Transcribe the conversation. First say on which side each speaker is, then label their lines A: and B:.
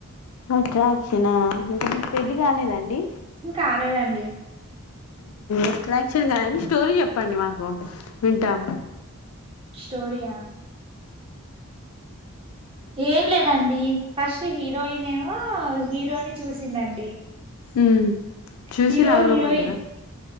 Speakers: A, on the left; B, on the right.
A: అట్రాక్షనా ఇంకా మీకు పెళ్ళి కాలేదండి
B: ఇంకాలేదండి
A: ఎట్రాక్షన్ గానిని స్టోరీ చెప్పండి మాకు వింటాం
B: స్టోరియా ఏం లేదండి ఫస్ట్ హీరోయిన్ ఏమో హీరోని చూసిందండి
A: ఉ చూసి
B: హీరో
A: లవ్ లో
B: హీరోయిన్
A: పడ్డదా